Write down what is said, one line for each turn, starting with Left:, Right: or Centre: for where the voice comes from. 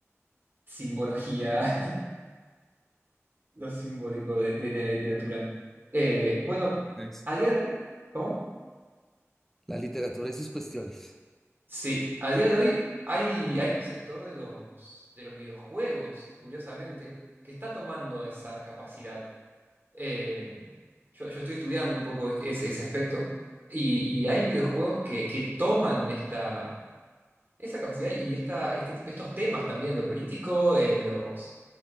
Right: simbología, <laughs> lo simbólico de, de la literatura. Eh, bueno,
Centre: ¿sabes?
Right: a día de hoy, ¿cómo?
Centre: La literatura y sus cuestiones.
Right: Sí, a día de hoy hay, hay un sector de los, de los videojuegos, curiosamente, que está tomando esa capacidad. eh, yo, yo estoy estudiando un poco ese, ese aspecto y, y hay videojuegos que, que toman esta, esa capacidad y esta, este tipo, estos temas también, lo político, eh, los,